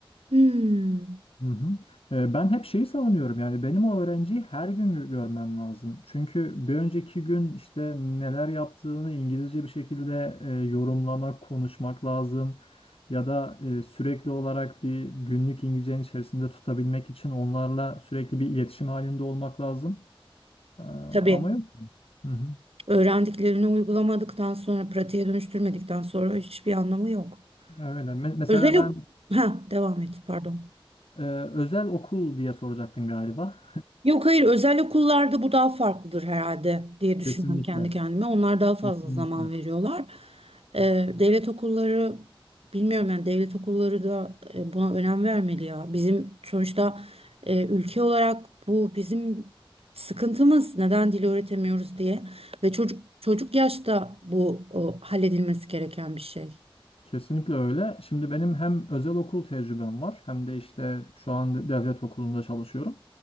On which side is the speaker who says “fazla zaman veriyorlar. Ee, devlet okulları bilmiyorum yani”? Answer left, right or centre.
Right